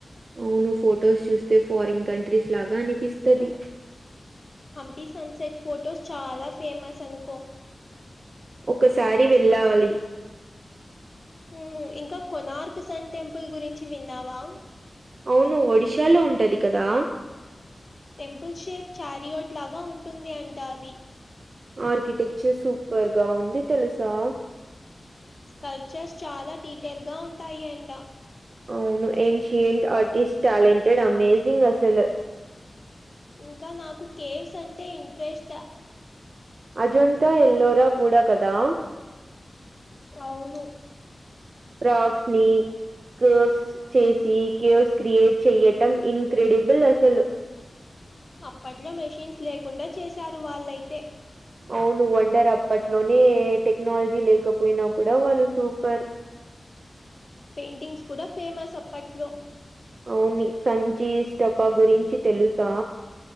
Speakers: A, on the right; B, on the left.
A: అవును ఫొటోస్ చూస్తే ఫారిన్ కంట్రీస్ లాగా అనిపిస్తది
B: హంపి సన్సెట్ ఫొటోస్ చాలా ఫేమస్ అనుకో
A: ఒకసారి వెళ్ళాలి
B: మ్మ్ ఇంకా కొనార్క్ సన్ టెంపుల్ గురించి విన్నావా
A: అవును ఒడిషాలో ఉంటది కదా
B: టెంపుల్ షేప్ చారియోట్ లాగా ఉంటుంది అంట అది
A: ఆర్కిటెక్చర్ సూపర్ ఉంది తెలుసా
B: స్కల్ప్ చర్స్ చాలా డీటెయిల్ గా ఉంటాయి అంట
A: అవును ఏన్షియట్ ఆర్టిస్ట్ ట్యాలెంటెడ్ అమేసింగ్ అసలు
B: ఇంకా నాకు కేవ్స్ అంటే ఇంట్రెస్ట్
A: అజొంతా ఎల్లోరా కూడా కదా
B: అవును
A: రాక్స్ ని కోర్వ్స్ చేసి కేవ్స్ క్రియేట్ చెయ్యటం ఇన్క్రెడిబుల్ అసలు
B: అప్పట్లో మెషీన్స్ లేకుండా చేసారు వాళ్ళయితే
A: అవును వండర్ అప్పట్లోనే టెక్నాలజీ లేకపోయినా కూడా వాళ్ళు సూపర్
B: పెయింటింగ్స్ కూడా ఫేమస్ అప్పట్లో
A: అవునీ సంచీ స్టోపా గురించి తెలుసా